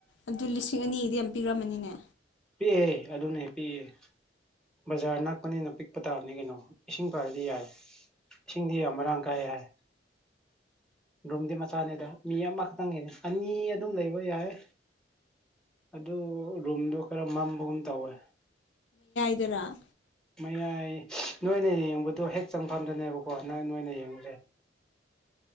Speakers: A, on the left; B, in the centre.
A: ꯑꯗꯨ ꯂꯤꯁꯤꯡ ꯑꯅꯤꯗꯤ ꯌꯥꯝ ꯄꯤꯈ꯭ꯔꯝꯃꯅꯤꯅꯦ
B: ꯄꯤꯛꯑꯦ ꯑꯗꯨꯅꯦ ꯄꯤꯛꯑꯦ ꯕꯖꯥꯔ ꯅꯛꯄꯅꯤꯅ ꯄꯤꯛꯄ ꯇꯥꯕꯅꯤ ꯅꯤ ꯀꯩꯅꯣ ꯏꯁꯤꯡ ꯐꯔꯗꯤ ꯌꯥꯏ ꯏꯁꯤꯡꯗꯤ ꯌꯥꯝ ꯃꯔꯥꯡ ꯀꯥꯏ ꯍꯥꯏ ꯔꯨꯝꯗꯤ ꯃꯆꯥꯅꯦꯗ ꯃꯤ ꯑꯃꯈꯛꯇꯪꯒꯤꯅꯦ ꯑꯅꯤ ꯑꯗꯨꯝ ꯂꯩꯕ ꯌꯥꯏꯦ ꯑꯗꯨ ꯔꯨꯝꯗꯣ ꯈꯔ ꯃꯝꯕꯒꯨꯝ ꯇꯧꯋꯦ
A: ꯏꯗꯔꯥ
B: ꯃꯌꯥꯏ ꯅꯣꯏꯅ ꯌꯦꯡꯕꯗꯣ ꯍꯦꯛ ꯆꯪꯐꯝꯗꯅꯦꯕꯀꯣ ꯅꯪ ꯅꯣꯏꯅ ꯌꯦꯡꯕꯁꯦ